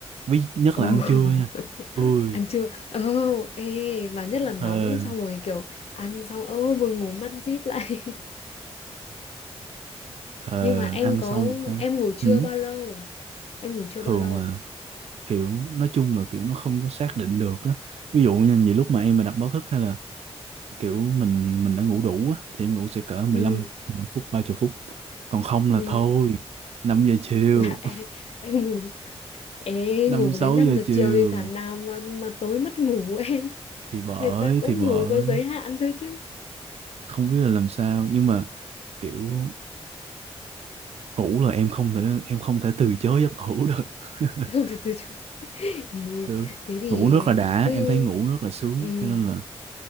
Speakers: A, on the right; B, on the left.
A: ví nhất
B: ồ
A: là ăn trưa nha
B: <laughs>
A: ui
B: ăn chưa ồ ê mà nhất là nóng
A: thề
B: xong rồi kiểu ăn xong ơ vừa ngủ mắt díp lại <laughs>
A: thề
B: nhưng mà em
A: ăn
B: có
A: xong một cái
B: em ngủ chưa
A: ừ,
B: bao lâu em ngủ chưa
A: thường
B: bao lâu
A: là kiểu nói chung là kiểu nó không có xác định được á ví dụ như nhiều lúc mà em mà đặt báo thức hay là kiểu mình mình đã ngủ đủ á thì em ngủ sẽ cỡ 15
B: ừ
A: 15 phút 30 phút còn không là
B: ừ
A: thôi năm giờ chiều
B: <laughs> là em, em ngủ ê,
A: <laughs> năm
B: ngủ
A: 6
B: đến 5
A: giờ
B: giờ
A: chiều
B: chiều thì thằng nào mà mà tối mất ngủ <laughs> em
A: thì bởi
B: người ta cũng
A: thì bởi
B: ngủ có giới hạn thôi chứ
A: không biết là làm sao nhưng mà kiểu ngủ là em không thể em không thể từ chối giấc ngủ được <laughs>
B: <laughs> không từ từ chứ <laughs> Ê,
A: kiểu
B: thế thì
A: ngủ nước là đã
B: cứ
A: em thấy ngủ nước là sướng
B: ừ,
A: cho nên là